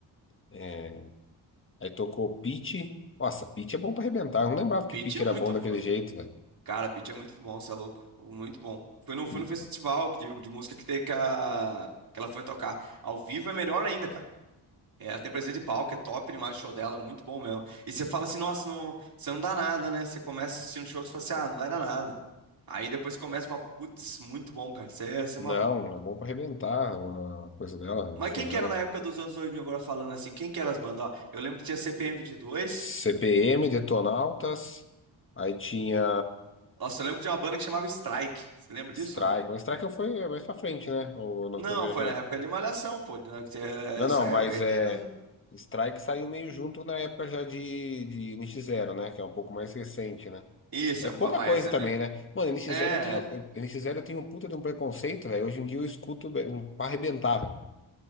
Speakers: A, on the left (about 25°); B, on the right (about 50°).
A: é, Aí tocou Pitty. Nossa, Pitty é bom pra arrebentar. Eu não lembrava que
B: Pitty
A: Pitty
B: é
A: era
B: muito
A: bom daquele
B: boa.
A: jeito, velho.
B: Cara, Pitty é muito bom, você é louco. Muito bom. Fui no, fui
A: N-
B: no festival de, de música que, teve, que, a- que ela foi tocar. Ao vivo é melhor ainda, cara. É, ela tem presença de palco, é top demais o show dela, muito bom mesmo. E você fala assim, nossa, não, você não dá nada, né? Você começa assistindo shows e fala assim, ah, não vai dar nada. Aí depois começa e fala, putz, muito bom, cara, você é, você
A: Não,
B: é maluco.
A: é bom pra arrebentar. é Uma coisa dela, né,
B: Mas
A: o show
B: quem
A: dela.
B: que era na época dos anos 2000, agora falando assim, quem que era as bandas? Ó, eu lembro que tinha CPM 22,
A: CPM, Detonautas. Aí tinha
B: nossa, eu lembro que tinha uma banda que chamava Strike, você lembra
A: Strike.
B: disso, não?
A: Mas Strike foi mais pra frente, né? Ou não
B: Não,
A: tô viajando.
B: foi na época de Malhação, pô. na- que é
A: Não,
B: Essa
A: não, mas
B: época aí
A: é.
B: de dança.
A: Strike saiu meio junto na época já de, de nx Zero, né? Que é um pouco mais recente, né?
B: Isso,
A: É
B: é um-
A: pouca
B: mas
A: coisa
B: é.
A: também,
B: me-
A: né? Mano, nx
B: É.
A: Zero eu tenho, eu- NX0 eu tenho um puta de um preconceito, velho. Hoje em dia eu escuto be- um, pra arrebentar, velho.